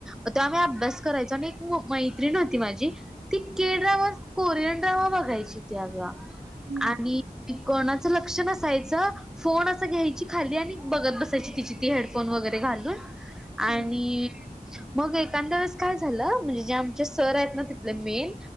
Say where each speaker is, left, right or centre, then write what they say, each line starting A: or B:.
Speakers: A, in the centre; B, on the right (about 85°).
A: तेव्हा आम्ही अभ्यास करायचो आणि एक मैत्रीण माझी ती के ड्रामा कोरियन ड्रामा बघायची त्या गं
B: हम्म.
A: आणि ती कोणा चा लक्ष नसायचं फोन असं घ्यायची खाली आणि बघत बसायची तिची ती हेडफोन वगैरे घालून. आणि
B: हम्म. हम्म.
A: मग एखाद्या वेळेस काय झालं म्हणजे जे आमचे सर आहेत ना तिथले मेन,